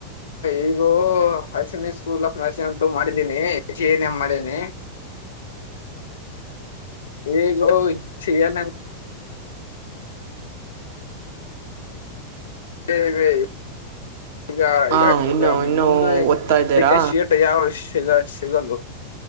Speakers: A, on the left; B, on the right.
A: ಈಗೋ ಅಸನ ಸ್ಕೂಲ್ ಆನಸ ಅಂತೂ ಮಾಡಿದೀನಿ ಜನ್ ಮಾಡಿದನಿ. ಈಗೌ ಚ ಎನ. ಹೇ ವೇ ಈಗ
B: ಹಾ ಇನ್ನು
A: ಈಗ
B: ಇನ್ನುೂ
A: ಮುಂದೆ
B: ಓದ್ತಾ ಇದ್ದೀರಾ
A: ಶೀಟ ಯಾವಷ ದ ಸಿಗಲ್ದು.